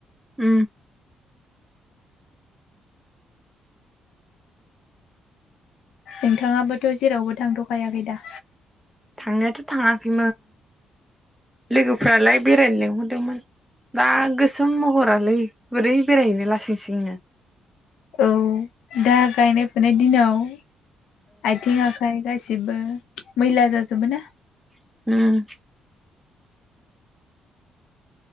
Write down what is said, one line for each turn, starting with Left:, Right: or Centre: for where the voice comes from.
Centre: उ
Left: नोंथाङाबोथ' जेरावबो थांथ'खायाखै दा
Centre: थांनायाथ' थाङाखै लोगोफ्रालाय बेरायनो लिंहरदोंमोन दा गोसो महरालै बोरै बेरायहैनो लासिंसिं नो
Left: औ दा गायनाय फुनाय दिनाव आथिं आखाइ गासिबो मैला जाजोबो ना
Centre: <inaudible> <unintelligible>